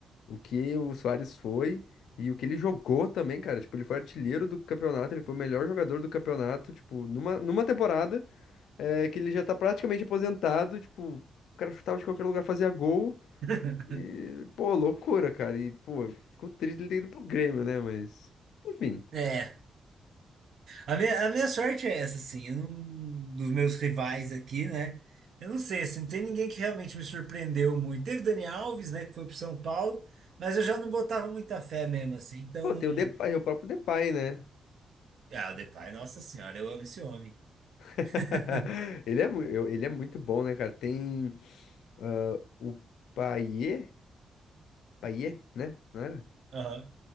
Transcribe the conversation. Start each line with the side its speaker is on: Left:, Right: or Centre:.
Left: o que o Suárez foi e o que ele jogou também, cara. Tipo, ele foi artilheiro do campeonato, ele foi o melhor jogador do campeonato, tipo, numa, numa temporada. É que ele já tá praticamente aposentado, tipo, o cara chutava de qualquer lugar, fazia gol.
Right: <laughs>
Left: E, pô, loucura, cara. E, pô, ficou triste ele ter ido pro Grêmio, né? Mas, enfim.
Right: É. A minha, a minha sorte é essa, assim. Eu não- dos meus rivais aqui, né? Eu não sei, assim, não tem ninguém que realmente me surpreendeu muito. Teve Dani Alves, né, que foi pro São Paulo, mas eu já não botava muita fé mesmo, assim. Então,
Left: Pô,
Right: não.
Left: tem o Depay, o próprio Depay, né?
Right: Ah, o Depay, nossa senhora, eu amo esse homem.
Left: <laughs>
Right: <laughs>
Left: Ele é, mu- eu- ele é muito bom, né, cara? Tem ah, o Payet, Payet, né? Não era?
Right: Aham.